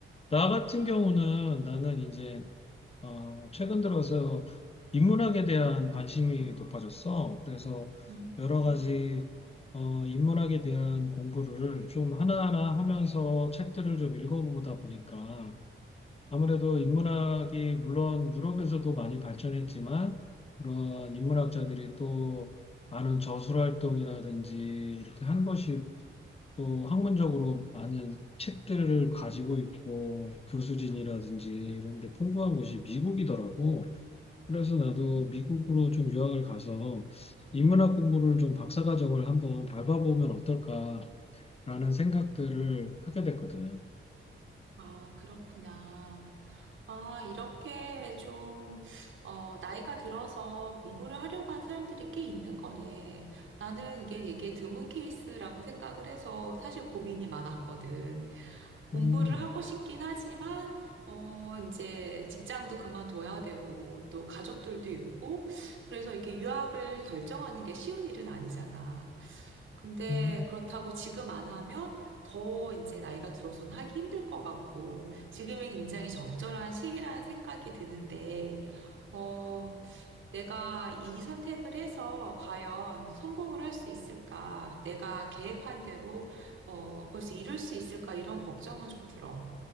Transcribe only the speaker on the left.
나 같은 경우는 나는 이제 어, 최근 들어서 인문학에 대한 관심이 높아졌어. 그래서
여러
가지 어, 인문학에 대한 공부를 좀 하나하나 하면서 책들을 좀 읽어보다 보니까 아무래도 인문학이 물론 유럽에서도 많이 발전했지만 그런 인문학자들이 또 많은 저술 활동이라든지 이렇게 한 것이 또 학문적으로 많은 책들을 가지고 있고 교수진이라든지 이런 데 풍부한 곳이 미국이더라고. 그래서 나도
미국으로 좀 유학을 가서 인문학 공부를 좀 박사과정을 한번 밟아보면 어떨까라는 생각들을 하게 됐거든.
음,
음.